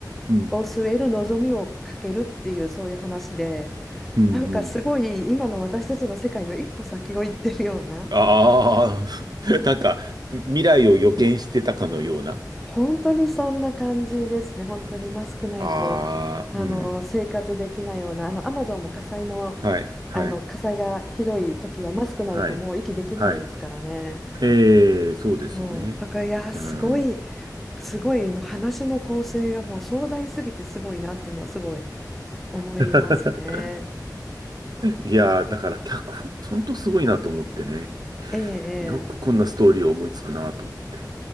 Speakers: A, on the right (about 70°); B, in the centre.
A: うん。
B: を据える望みをかけるっていうそういう話で
A: うん。うん。
B: なんかすごい今の私たちの世界の一歩先を行ってるような
A: うんああ、<laughs> なんか、未来を予見してたかのような。
B: 本当にそんな感じですね本当にマスクないとあの生活できないようなあのアマゾンも火災の、
A: ああ、うん。はい、はい、
B: あの火災がひどい時はマスクないともう息できないですからね
A: はい、はい。ええ、そうですよね。
B: そうだからいやーすごい
A: うん。
B: すごいの話の構成がもう壮大すぎてすごいなっていうのはすごい思いますね。
A: <laughs> いやー、だから脚本、ほんとすごいなと思ってね。
B: ええええ
A: よくこんなストーリーを思いつくなと思って。